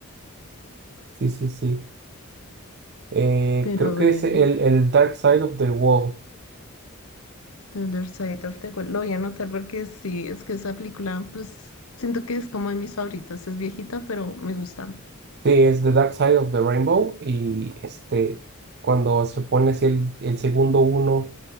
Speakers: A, on the right; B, on the left.
A: Sí, sí, sí. Eh,
B: Pero
A: creo que
B: ve.
A: es el, el Dark Side of the Wall.
B: The Other Side of the Wall. Lo voy a anotar porque sí, es que esa película, pues siento que es como de mis favoritas. Es viejita, pero me gusta.
A: Sí, es The Dark Side of the Rainbow. Y este, cuando se pone así el, el segundo uno